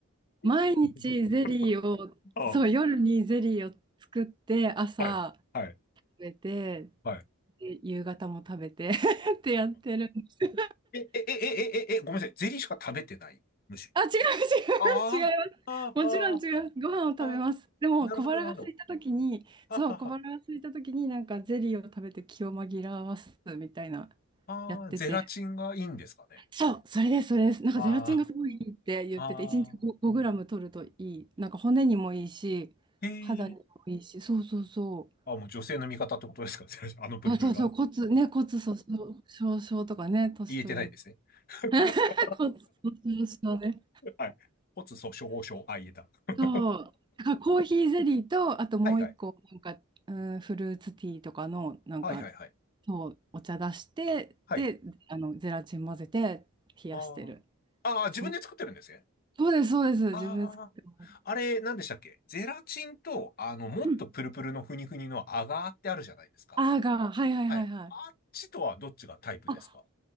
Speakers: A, on the right; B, on the left.
A: 毎日ゼリーを、
B: <laughs> あ
A: そう、夜にゼリーを作って、朝
B: あ、はい、はい、
A: 食べて、
B: はい。
A: で夕方も食べて <laughs> ってやってるんですよ。
B: え、え、え、え、え、え、え、ごめんなさい。ゼリーしか食べてないむしろ。
A: あ、違う、違う、
B: ああ、
A: 違います。
B: ああ、
A: もちろん違います。ご飯を食べます。
B: ああ、
A: でも、
B: なるほど、
A: 小腹が空いたときに、
B: なるほど。あはは。
A: そう、小腹が空いたときに、なんかゼリーを食べて気を紛らわすみたいな、
B: ああ、
A: やってて。
B: ゼラチンがいいんですかね。
A: そう、それです、それです。なんかゼラチンがすごいいいって言ってて、
B: ああ、ああ、
A: 1日5、グラム取るといい。なんか骨にもいいし、
B: へえ。
A: 肌にもいいし、そうそうそう。
B: あ、もう女性の味方ってことですかゼラチン。<laughs> あのプルプルが。
A: そうそうそう、骨、ね、骨粗鬆症とかね、年取る。
B: 言えてないですね。<laughs>
A: <laughs> 骨粗鬆症ね。
B: はい。骨粗鬆症、あ、言えた。<laughs>
A: そう。だからコーヒーゼリーと、あともう一個、
B: はいはい。
A: なんか、うん、フルーツティーとかの、なんか、
B: はいはいはい。
A: そう、お茶出して、
B: はい。
A: で、あの、ゼラチン混ぜて冷やしてる。
B: ああ。ああ、自分で作ってるんですね。
A: そう。そうです、そうです。
B: ああ。
A: 自分で作ってます。
B: あれ、何でしたっけゼラチンと、あの、もっとプルプルのふにふにのアガーってあるじゃないですか。
A: うんアガー、はいはいはいはい。
B: はい。あっちとはどっちがタイプですか
A: あ、